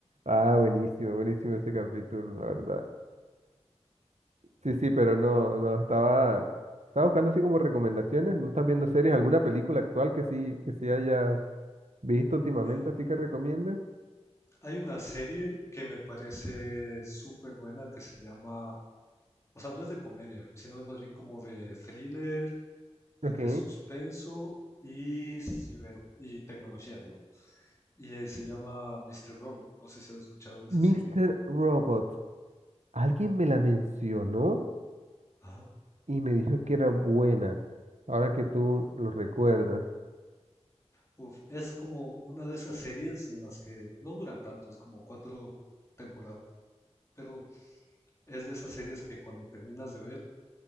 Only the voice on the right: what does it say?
Ah, buenísimo, buenísimo ese capítulo, la verdad. Sí, sí, pero no, no, estaba, estaba buscando así como recomendaciones. ¿No estás viendo series? ¿Alguna película actual que sí, que sí hayas visto últimamente,
así que recomiendes?
Ok.
Mister
Robot. Alguien me la mencionó
y me dijo que era buena. Ahora que tú lo recuerdas.